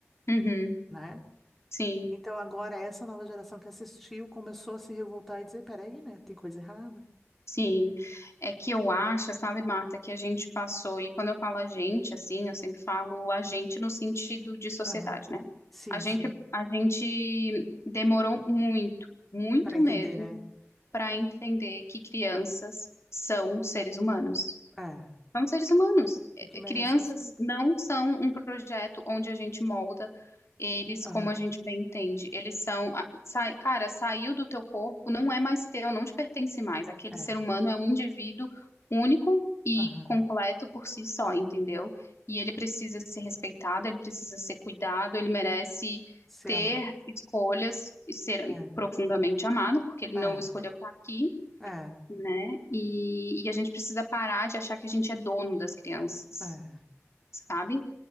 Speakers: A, on the left (about 65°); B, in the centre.
A: uhum.
B: né?
A: Sim.
B: Então agora essa nova geração que assistiu começou a se revoltar e dizer, peraí, né? Tem coisa errada.
A: Sim, é que eu acho, sabe, Marta, que a gente passou, e quando eu falo a gente, assim, eu sempre falo a gente no sentido de sociedade,
B: Aham.
A: né?
B: Sim,
A: A gente,
B: sim.
A: a gente demorou muito, muito
B: Para entender,
A: mesmo,
B: né?
A: para entender que crianças são seres humanos.
B: É.
A: São seres humanos. É,
B: E que merece
A: é, Crianças
B: respeito.
A: não são um projeto onde a gente molda eles
B: Aham.
A: como a gente bem entende. Eles são, a- sai- cara, saiu do teu corpo, não é mais teu, não te pertence mais. Aquele
B: É.
A: ser humano é um indivíduo único e
B: Aham.
A: completo por si só, entendeu? E ele precisa ser respeitado, ele precisa ser cuidado, ele merece
B: Se
A: ter
B: amar.
A: escolhas e ser
B: É.
A: profundamente amado, porque ele
B: É.
A: não escolheu estar aqui
B: É.
A: né? E, e a gente precisa parar de achar que a gente é dono das crianças,
B: É.
A: sabe?